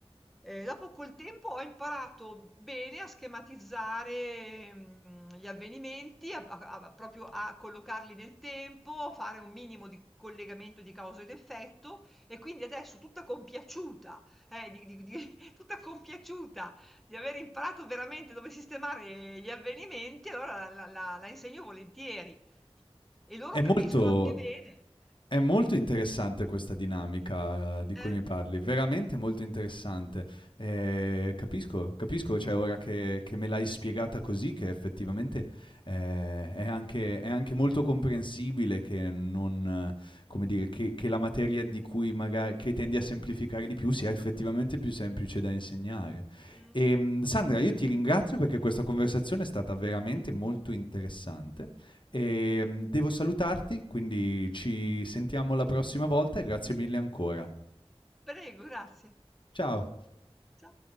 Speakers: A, in the centre; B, on the left.
A: Eh, dopo col tempo ho imparato bene a schematizzare mm, gli avvenimenti, a- a- a- proprio a collocarli nel tempo, fare un minimo di collegamento di causa ed effetto e quindi adesso tutta compiaciuta eh, di di di <laughs> tutta compiaciuta di aver imparato veramente dove sistemare gli avvenimenti, allora la la la insegno volentieri. E loro
B: È molto
A: capiscono anche bene.
B: È molto interessante questa dinamica eh, di cui
A: Eh,
B: mi parli, veramente molto interessante. Ehm, capisco, capisco, cioè ora che che me l'hai spiegata così, che effettivamente, ehm, è anche è anche molto comprensibile che non eh, come dire, che che la materia di cui maga che tendi a semplificare di più sia effettivamente più semplice da insegnare.
A: mh.
B: Ehm, Sandra, io ti ringrazio perché questa conversazione è stata veramente molto interessante e mm, devo salutarti, quindi ci sentiamo la prossima volta e grazie mille ancora.
A: Prego, grazie.
B: Ciao!
A: Cia